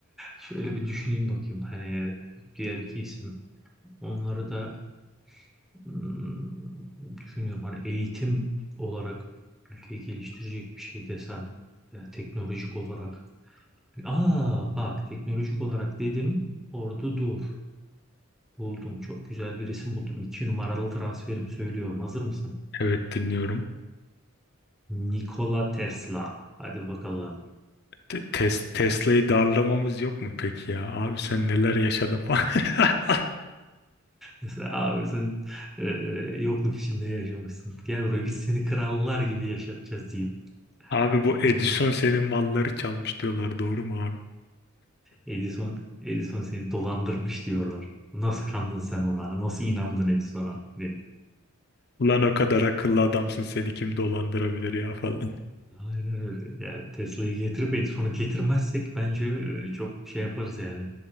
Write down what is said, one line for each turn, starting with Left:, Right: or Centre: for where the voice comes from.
Centre: Şöyle bir düşüneyim bakayım. Hani diğer iki isim onları da hmm, düşünüyorum. Hani eğitim olarak ülkeyi geliştirecek bir şey desem, e, teknolojik olarak Aa bak teknolojik olarak dedim orada dur. Buldum çok güzel bir resim buldum. İki numaralı transferimi söylüyorum. Hazır mısın?
Left: Evet dinliyorum.
Centre: Nikola Tesla. Hadi bakalım.
Left: Te- Tes- Tesla'yı darlamamız yok mu peki ya? Abi sen neler yaşadın falan. <laughs>
Centre: Mesela abi sen e, yokluk içinde yaşamışsın. Gel buraya biz seni krallar gibi yaşatacağız deyip.
Left: Abi bu Edison
Centre: Onu
Left: senin malları çalmış diyorlar doğru mu abi?
Centre: Edison, Edison seni dolandırmış diyorlar. Nasıl kandın sen ona? Nasıl inandın Edison'a? diye.
Left: Ulan o kadar akıllı adamsın seni kim dolandırabilir ya falan.
Centre: Aynen öyle. Ya Tesla'yı getirip Edison'u getirmezsek bence e, çok şey yaparız yani.